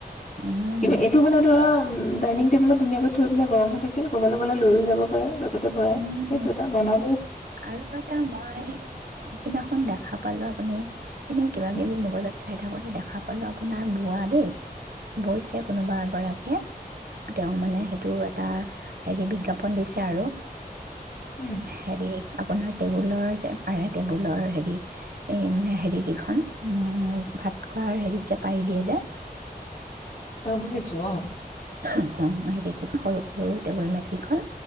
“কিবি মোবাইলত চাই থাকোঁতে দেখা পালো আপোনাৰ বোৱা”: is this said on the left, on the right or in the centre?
Right